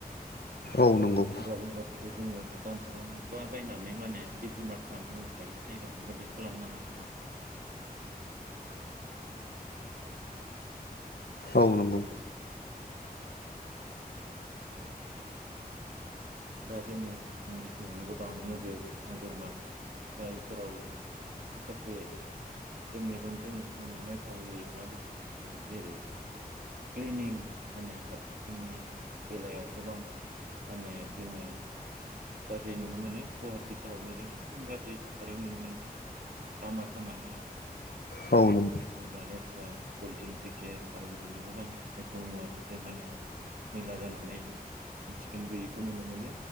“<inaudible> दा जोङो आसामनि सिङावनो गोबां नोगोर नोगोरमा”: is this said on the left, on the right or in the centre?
Right